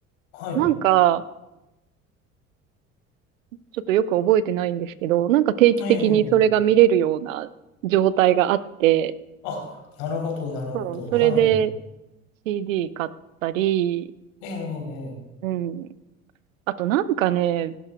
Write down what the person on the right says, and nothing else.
なんか、ちょっとよく覚えてないんですけど、なんか定期的にそれが見れるような状態があって、
そう、
それで、CD 買ったり、
うん。あとなんかね、